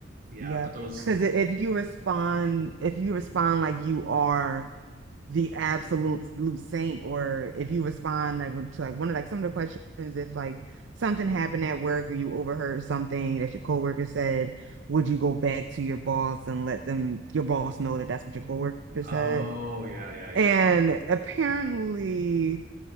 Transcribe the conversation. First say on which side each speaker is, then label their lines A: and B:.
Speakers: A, on the right; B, on the right.
A: Yeah,
B: yep
A: but those.
B: because if you respond if you respond like you are the absolute saint or if you respond like to like one of like some of the questions if like something happened at work or you overheard something that your coworker said would you go back to your boss and let them your boss know that that's what your coworker said
A: Oh yeah, yeah, yeah.
B: and apparently